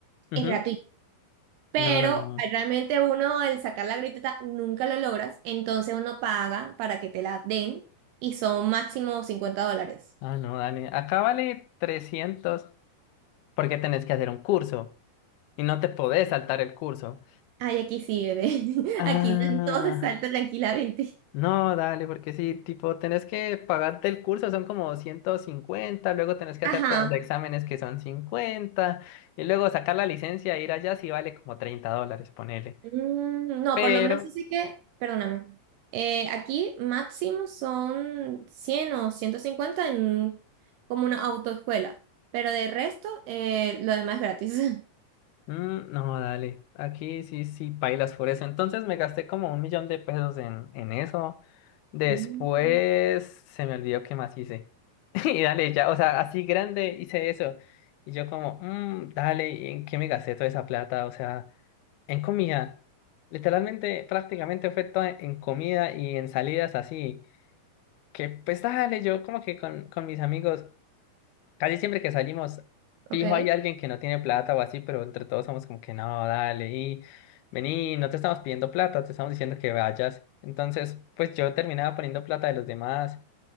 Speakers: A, on the left (about 75°); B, on the right (about 75°).
A: ujú.
B: es gratuito, pero
A: No, no, no.
B: realmente uno al sacar la gratuita nunca lo logras, entonces uno paga para que te la den y son máximo cincuenta dólares.
A: Ah, no, dale. Acá vale 300 porque tenés que hacer un curso y no te podés saltar el curso.
B: Ay, aquí sí, bebé. <laughs>
A: Ah.
B: Aquí entonces salta tranquilamente.
A: No, dale, porque sí, tipo, tenés que pagarte el curso, son como 150, luego tenés que
B: Ajá.
A: hacerte los exámenes que son 50 y luego sacar la licencia e ir allá sí vale como 30 dólares, ponele.
B: Mm, No,
A: Pero,
B: por lo menos así que, perdóname. Eh, aquí máximo son 100 o 150 en como una autoescuela, pero de resto eh, lo demás es gratis. <laughs>
A: mm, no, dale, aquí sí, sí, pailas por eso. Entonces me gasté como un millón de pesos en, en eso. Después
B: Mm,
A: se me olvidó qué más hice. <laughs> Y dale, ya, o sea, así grande hice eso. Y yo como, mm, dale, ¿y ¿en qué me gasté toda esa plata? O sea... En comida, literalmente, prácticamente fue todo en comida y en salidas así. Que pues dale, yo como que con, con mis amigos, casi siempre que salimos, fijo
B: ok.
A: hay alguien que no tiene plata o así, pero entre todos somos como que no, dale, y vení, no te estamos pidiendo plata, te estamos diciendo que vayas. Entonces, pues yo terminaba poniendo plata de los demás